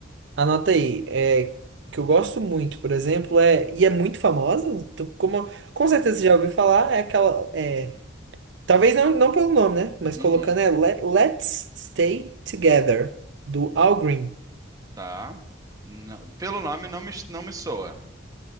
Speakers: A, on the right; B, on the right.
A: Anota aí, é, que eu gosto muito, por exemplo, é, e é muito famosa, tu- como com certeza você já ouviu falar, é aquela, é, talvez não, não pelo nome, né? Mas
B: Uhum,
A: colocando é Let, Let's Stay Together, do Al Green.
B: tá. Não- pelo nome não me, não me soa,